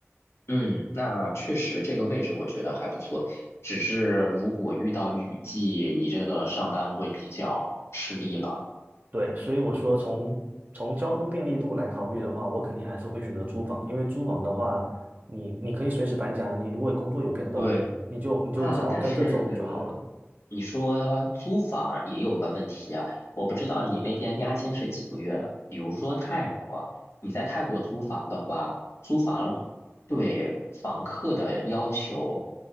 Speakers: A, on the left (about 65°); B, on the right (about 40°).
A: 嗯，那确实这个位置我觉得还不错，只是如果遇到雨季，你这个上班会比较吃力了。
B: 对，所以我说从从交通便利度来考虑的话，我肯定还是会选择租房，因为租房的话，你你可以随时搬家，你如果工作有变动，
A: 对
B: 你你就你就只要跟着走就好了。
A: 啊，但是你说租房也有个问题啊，我不知道你那边押金是几个月的。比如说泰国，你在泰国租房的话，租房对房客的要求